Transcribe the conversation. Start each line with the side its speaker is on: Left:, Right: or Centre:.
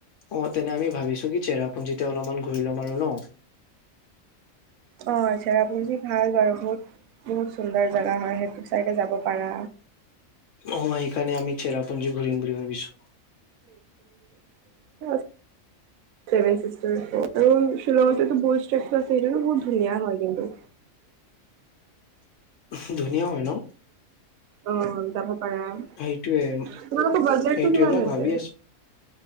Left: অ', তেনে আমি ভাবিছোঁ কি চেৰাপুঞ্জীতে অলপমান ঘুৰি ল'ম আৰু ন'।
Right: অ আচ্ছা। চেৰাপুঞ্জী ভাল বাৰু বহুত। বহুত চুন্দৰ জাগা হয়, সেইটো চাইডে যাব পাৰা।
Left: অ সেইকাৰণে আমি চেৰাপুঞ্জী ঘূৰিম বুলি ভাবিছো
Right: <unintelligible> <unintelligible> ছেভেন চিষ্টাৰ ফল, শ্বিলঙতেতো বুলষ্টেছে আছে। সেইটোতো বহুত ধুনীয়া হয় কিন্তু। <inaudible>
Left: <inaudible> ধুনীয়াও হয় ন?
Right: অ' যাব পাৰা। তোমালোকৰ
Left: সেইটোয়ে
Right: বাজেটটো
Left: সেইটোয়ে
Right: কিমান
Left: মই
Right: হৈছে?
Left: ভাবি আছো